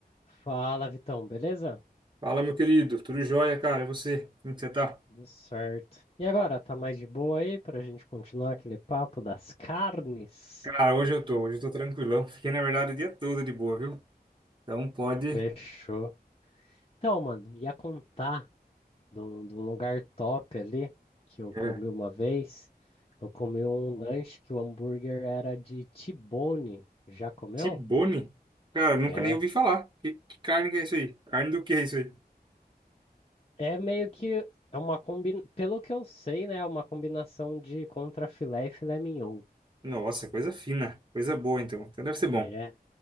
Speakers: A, on the left; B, on the right.
A: Fala, Vitão, beleza?
B: Fala, meu querido. Tudo jóia, cara? E você? Como que você tá?
A: Tudo certo. E agora, tá mais de boa aí pra gente continuar aquele papo das carnes?
B: Cara, hoje eu tô. Hoje eu tô tranquilão. Fiquei, na verdade, o dia todo de boa, viu? Então pode.
A: Fechou. Então, mano, ia contar de um, de um lugar top ali que eu
B: É.
A: comi uma vez. Eu comi um lanche que o hambúrguer era de T-bone. Já comeu?
B: Tibone? Cara, nunca
A: É.
B: nem ouvi falar. Que, que carne que é isso aí? Carne do que é isso aí?
A: É meio que é uma combina... Pelo que eu sei, né? É uma combinação de contrafilé e filé mignon.
B: Nossa, coisa fina. Coisa boa, então. Então deve ser bom.
A: É,